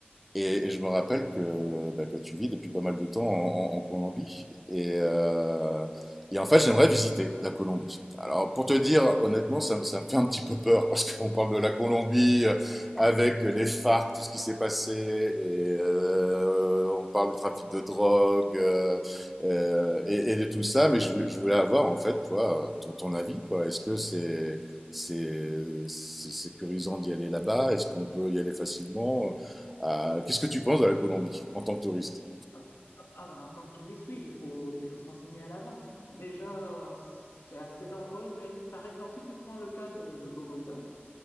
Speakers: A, in the centre; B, on the left.
A: Et, et je me rappelle que, bah, que tu vis depuis pas mal de temps en, en- en Colombie. Et, euh, et en fait, j'aimerais visiter la Colombie. Alors, pour te dire, honnêtement, ça, ça me fait un petit peu peur parce qu'on parle de la Colombie euh, avec les FARC, tout ce qui s'est passé. Et euh, on parle du trafic de drogue euh, euh, et, et de tout ça. Mais je, voulais- je voulais avoir, en fait, toi, ton, ton avis, quoi. Est-ce que c'est... C'est c'est sécurisant d'y aller là-bas? Est-ce qu'on peut y aller facilement? Euh, qu'est-ce que tu penses de la Colombie en tant que touriste?
B: Ah, ah, ah bah, en tant que touriste, oui, il faut, il faut se renseigner à l'avance. hein. Déjà, c'est assez dangereux, mais par exemple, si tu prends le cas de, de Bogota,